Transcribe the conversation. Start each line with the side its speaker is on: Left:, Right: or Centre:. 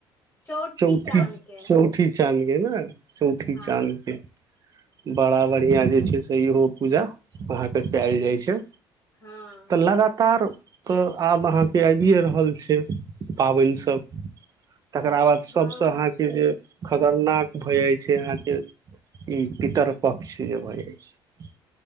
Left: चौठी
Right: चौठी-चौ
Left: चाँद के
Right: ठी चान्द के न चौठी
Left: हँ
Right: चान्द के बड़ा बढ़िया जे छै से इहो पूजा अहाँ के केल जाइ छै
Left: हँ
Right: तऽ लगातार तऽ आब अहाँके ऐबिए रहल छै पाबैन-सब। तेकरा वाद
Left: हँ
Right: सबसे अहाँके-जे खतरनाक भऽ जै छै अहाँके ई पितर-पक्ष जे भऽ जै छै।